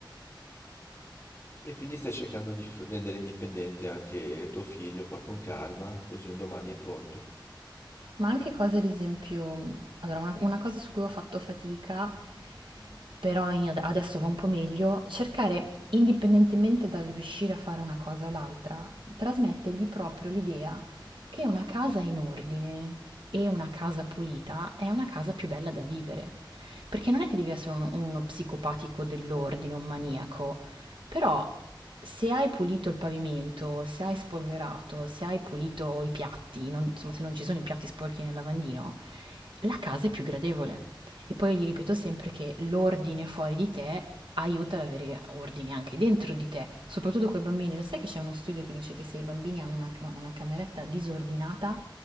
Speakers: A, on the left; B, on the right.
A: E quindi stai cercando di f- rendere indipendente anche tuo figlio, poi con calma, così un domani è pronto.
B: Ma anche cose, ad esempio, allora una, una cosa su cui ho fatto fatica, però in- adesso va un po' meglio, cercare, indipendentemente dal riuscire a fare una cosa o l'altra, trasmettergli proprio l'idea che una casa in ordine e una casa pulita è una casa più bella da vivere. Perché non è che devi essere un- uno psicopatico dell'ordine, un maniaco, però se hai pulito il pavimento, se hai spolverato, se hai pulito i piatti, non- insomma se non ci sono i piatti sporchi nel lavandino, la casa è più gradevole. E poi io gli ripeto sempre che l'ordine fuori di te aiuta ad avere ordine anche dentro di te, soprattutto con i bambini. Lo sai che c'è uno studio che dice che se i bambini hanno una, ca- una cameretta disordinata